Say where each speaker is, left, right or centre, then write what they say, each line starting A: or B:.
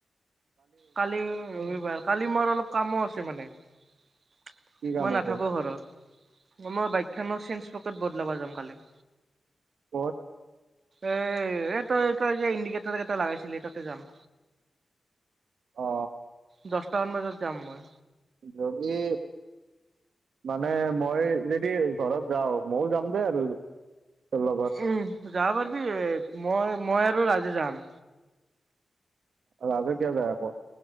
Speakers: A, on the right (about 65°); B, on the right (about 85°).
A: কালি ৰবি বাৰ কালি মোৰ অলপ কামো আছে মানে মই
B: কি কাম আছে
A: নাথাকো ঘৰত মই বাইকখনৰ চেঞ্জ পকেট বদলাব যাম কালি
B: কত
A: এ এই তই তই যে ইণ্ডিকেটৰ কেইটা লগাইছিলি তাতে যাম
B: অ
A: দহটামান বজাত যাম মই
B: যদি মানে মই যদি ঘৰত যাও মইও যাম দেই আৰু তেওঁ লগত।
A: উম যাব পাৰিবি মই মই আৰু ৰাজে যাম।
B: ৰাজে কিয় যায় আকৌ।